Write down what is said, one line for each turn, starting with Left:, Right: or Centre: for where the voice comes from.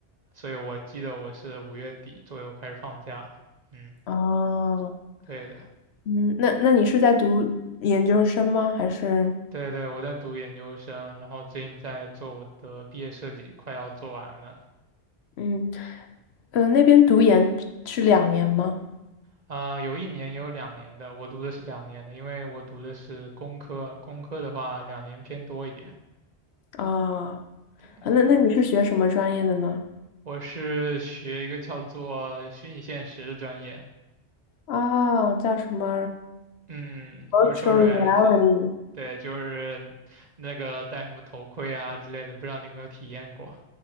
Right: 所以我记得我是五月底左右开始放假。嗯，
Left: 哦，
Right: 对的。
Left: 嗯，那那你是在读研究生吗？还是
Right: 对对，我在读研究生，然后最近在做我的毕业设计，快要做完了。
Left: 嗯嗯、呃那边读研是两年吗？
Right: 啊、有一年，也有两年的，我读的是两年的，因为我读的是工科，工科的话两年偏多一点。
Left: 啊、
Right: 对，
Left: 那那你是学什么专业的呢？
Right: 我是学一个叫做虚拟现实的专业，
Left: 哦，叫什么
Right: 嗯嗯，virtual
Left: virtual
Right: reality，
Left: reality？
Right: 对，就是那个戴什么头盔啊之类的，不知道你有没有体验过？